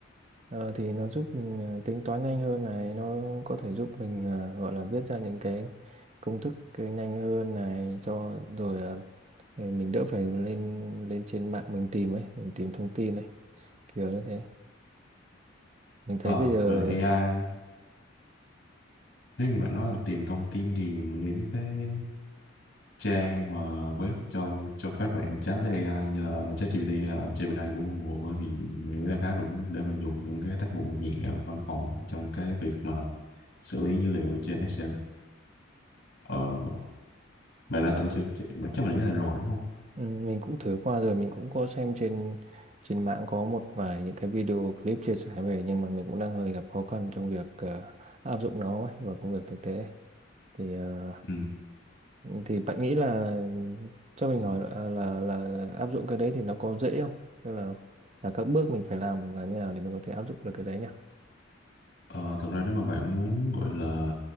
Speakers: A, on the right (about 35°); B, on the left (about 60°).
A: Ờ, thì nó giúp mình ờ, tính toán nhanh hơn này nó có thể giúp mình ờ, gọi là viết ra những cái công thức cái nhanh hơn này cho rồi ờ, Thì mình đỡ phải lên lên trên mạng mình tìm ấy mình tìm thông tin ấy kiểu như thế mình thấy
B: Ờ,
A: bây giờ
B: về AI, nếu như bạn nói là tìm thông tin thì mình nghĩ mấy cái trang mà web cho cho phép bạn chat với AI như là ChatGPT hay là Gemini của Google thì mình nghĩ là khá đủ để mà dùng những cái tác vụ nhẹ văn phòng cho những cái việc mà xử lý dữ liệu trên Excel. Ờ, bạn đã thử chưa? Chắc chắc mình nghĩ là rồi đúng không?
A: ừ, mình cũng thử qua rồi mình cũng có xem trên trên mạng có một vài những cái video clip chia sẻ về nhưng mà mình cũng đang hơi gặp khó khăn trong việc ờ, áp dụng nó ấy, vào công việc thực tế ấy. thì ờ,
B: Ừ.
A: thì bạn nghĩ là cho mình hỏi là, là là áp dụng cái đấy thì nó có dễ không tức là là các bước mình phải làm là như nào để mình có thể áp dụng được cái đấy nhỉ
B: Ờ, thật ra nếu mà bạn muốn gọi là